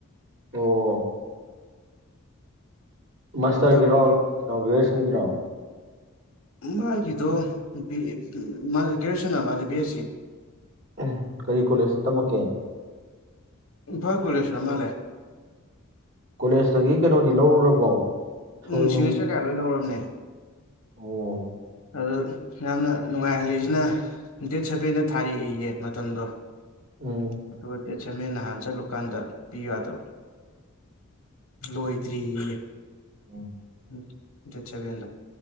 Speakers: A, on the right; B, on the left.
A: ꯑꯣ
B: ꯀꯩꯅꯣ
A: ꯃꯁꯇ꯭ꯔꯒꯤꯔꯣ
B: ꯇꯧꯔꯤꯌꯦ
A: ꯀꯩꯅꯣ ꯒ꯭ꯔꯦꯖ꯭ꯋꯦꯁꯟꯒꯤꯔꯣ
B: ꯃꯥꯒꯤꯗꯣ ꯒ꯭ꯔꯦꯖ꯭ꯋꯦꯁꯟ ꯑꯣꯏꯔ ꯃꯥꯜꯂꯦ ꯕꯤ ꯑꯦ ꯁꯤ
A: ꯎꯝ ꯀꯔꯤ ꯀꯣꯂꯦꯖꯇ ꯇꯝꯃꯛꯀꯦ
B: ꯏꯝꯐꯥꯜ ꯀꯣꯂꯦꯖ ꯇꯝ ꯃꯥꯜꯂꯦ
A: ꯀꯣꯂꯦꯖꯇꯒꯤ ꯀꯩꯅꯣꯗꯤ ꯂꯧꯔꯨꯔꯕꯣ ꯁꯣꯏ
B: ꯎꯝ ꯁꯤꯒꯅꯦꯆ꯭ꯔ
A: ꯅꯨꯡ
B: ꯀꯩ ꯀꯥ ꯂꯣꯏ ꯂꯧꯔꯕꯅꯦ
A: ꯑꯣ
B: ꯑꯗꯣ ꯌꯥꯝꯅ ꯅꯨꯡꯉꯥꯏꯍꯜꯂꯤꯖꯤꯅ ꯗꯦꯠ ꯁꯦꯚꯦꯟꯗ ꯊꯥꯔꯛꯏꯌꯦ ꯃꯇꯝꯗꯣ
A: ꯎꯝ
B: ꯑꯗꯨꯒ ꯗꯦꯠ ꯁꯃꯦꯟ ꯅꯍꯥꯟ ꯆꯠꯂꯨꯀꯥꯟꯗ ꯄꯤꯌꯨ ꯌꯥꯗꯕ ꯂꯣꯏꯗ꯭ꯔꯤꯌꯦ
A: ꯎꯝ
B: ꯎꯝ ꯗꯦꯠ ꯁꯕꯦꯟꯗꯣ